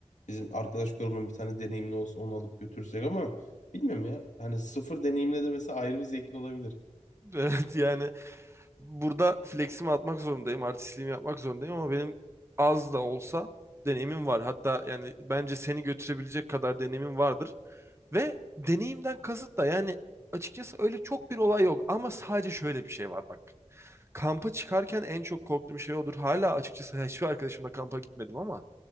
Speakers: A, on the left; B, on the right.
A: Bizim arkadaş grubunun bir tane deneyimli olsa onu alıp götürsek ama bilmiyorum ya. Hani sıfır deneyimle de mesela ayrı bir zevkli olabilir.
B: <laughs> Evet yani burada fleximi atmak zorundayım, artistliğimi yapmak zorundayım ama benim az da olsa deneyimim var. Hatta yani bence seni götürebilecek kadar deneyimim vardır. Ve deneyimden kasıt da yani açıkçası öyle çok bir olay yok ama sadece şöyle bir şey var bak. Kampa çıkarken en çok korktuğum şey odur. Hala açıkçası hiçbir arkadaşımla kampa gitmedim ama